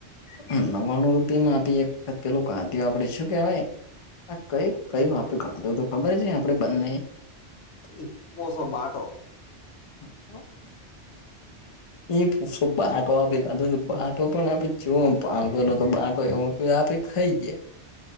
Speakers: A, on the left; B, on the left.
A: <unintelligible> વાણું રૂપિયા માં આપી એક વખત પેલું કાધું આપડે શું કેવાય. કયું કયું આપે કાંધો તો ખબર છે, આપડે બંને.
B: <unintelligible> પોસો બાટો.
A: <unintelligible> <unintelligible> બાટો આપે કાંધો <inaudible> તો પણ આપે જો પાંદો ન તો બાટો એવું તો આપે ખાઈ ગયા.